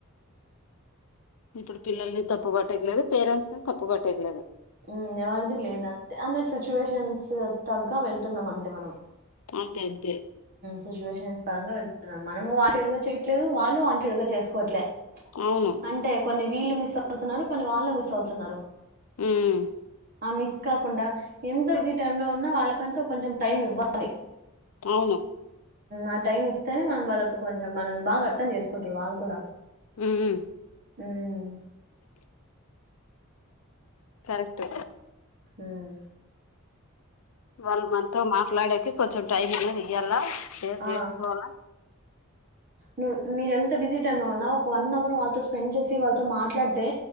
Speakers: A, on the left (about 80°); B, on the right (about 45°).
A: ఇప్పుడు పిల్లల్ని తప్పు పట్టట్లేదు పేరెంట్స్ ని తప్పు పట్టట్లేదు
B: హ్మ్మ్ ఎవరిది లేద అంతే అంటే సిచ్యువేషన్స్ తగ్గ వెళ్తున్నాం అంతే మనం
A: అంతే తే
B: సిచువేషన్ పరంగా వెళ్తున్నాం మనము వాంటెడ్ గా చేయట్లేదు వాళ్ళు వాంటెడ్ గా చేసుకోవట్లేదు
A: అవును
B: అంటే కొన్ని వీళ్ళు మిస్ అవుతున్నారు కొన్ని వాళ్ళు మిస్ అవుతున్నారు
A: హ్మ్మ్
B: ఆ మిస్ కాకుండా ఎంత ఈజీ టై లో ఉన్నా వాళ్ళకంటూ కొంచెం టైం ఇవ్వాలి
A: అవును
B: ఆ టైమ్ ఇస్తేనే మనం వాళ్ళకు కొంచెం మనల్ని బాగా అర్థం చేసుకుంటారు వాళ్ళు కూడా
A: హ్మ్మ్
B: హ్మ్మ్
A: కరెక్ట్
B: హ్మ్మ్
A: వాళ్లు మనతో మాట్లాడాకె కొంచెం టైమ్ ఉన్నది ఇయ్యాలా ఏం
B: ఆ
A: చేసుకోవాలా
B: హ్మ్మ్ మీర ఎంత బిజీ టైం లో ఉన్నావు ఒక వన్ అవర్ వాళ్ళతో స్పెండ్ చేసి వాళ్ళతో మాట్లాడితే